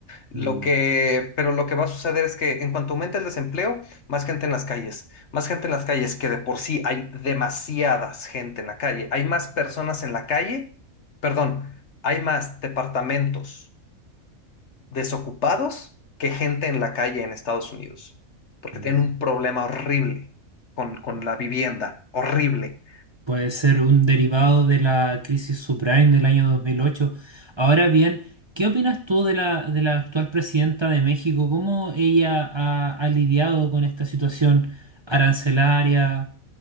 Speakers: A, on the left (about 55°); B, on the right (about 25°).
A: Lo
B: Mm,
A: que, pero lo que va a suceder es que en cuanto aumente el desempleo, más gente en las calles, más gente en las calles, que de por sí hay demasiadas gente en la calle, hay más personas en la calle, perdón, hay más departamentos desocupados que gente en la calle en Estados Unidos, porque
B: mm.
A: tienen un problema horrible con, con la vivienda, horrible.
B: Puede ser un derivado de la crisis subprime del año dos mil ocho Ahora bien, ¿qué opinas tú de la, de la actual presidenta de México? ¿Cómo ella ha, ha lidiado con esta situación arancelaria